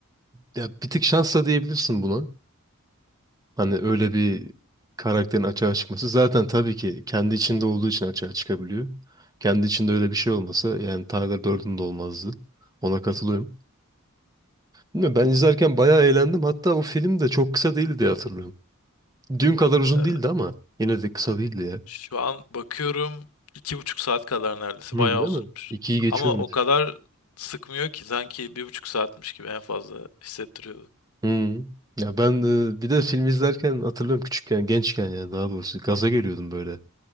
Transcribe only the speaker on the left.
Ee,
şu an bakıyorum iki buçuk saat kadar neredeyse
bayağı
uzunmuş.
Ama o kadar sıkmıyor ki sanki bir buçuk saatmiş gibi en fazla hissettiriyordu.